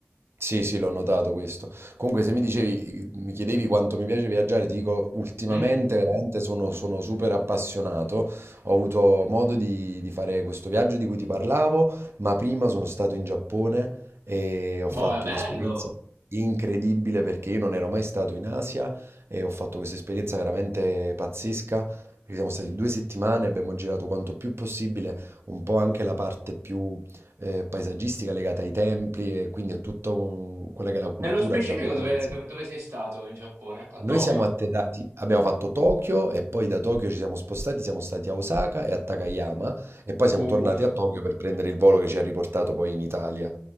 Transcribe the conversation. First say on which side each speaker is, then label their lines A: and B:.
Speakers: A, on the right; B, on the right.
A: Sì, sì, l'ho notato questo. Comunque, se mi dicevi, mi chiedevi quanto mi piace viaggiare, ti dico, ultimamente
B: Mhm.
A: veramente sono, sono super appassionato. Ho avuto modo di, di fare questo viaggio di cui ti parlavo, ma prima sono stato in Giappone e ho
B: Boh,
A: fatto
B: è bello.
A: un'esperienza incredibile perché io non ero mai stato in Asia e ho fatto questa esperienza veramente pazzesca. Perché siamo stati due settimane, abbiamo girato quanto più possibile, un po' anche la parte più eh, paesaggistica legata ai templi e quindi a tutta un- quella che è la cultura
B: Nello specifico
A: giapponese.
B: dove, dove dove sei stato in Giappone? A Tokyo?
A: Noi siamo atterrati, abbiamo fatto Tokyo e poi da Tokyo ci siamo spostati, siamo stati a Osaka e a Takayama e poi siamo
B: Uh.
A: tornati a Tokyo per prendere il volo che ci ha riportato poi in Italia.